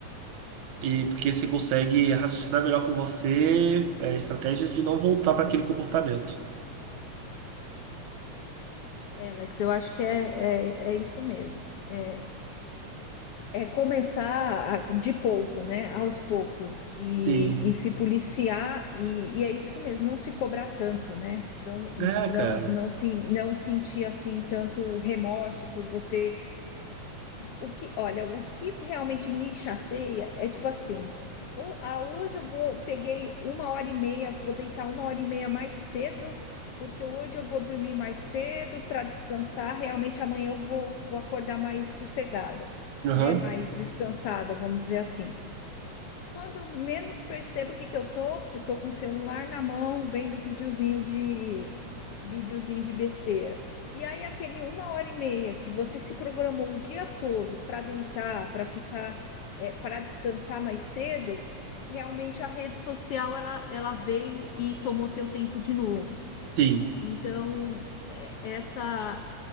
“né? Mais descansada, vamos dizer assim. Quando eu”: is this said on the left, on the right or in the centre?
Left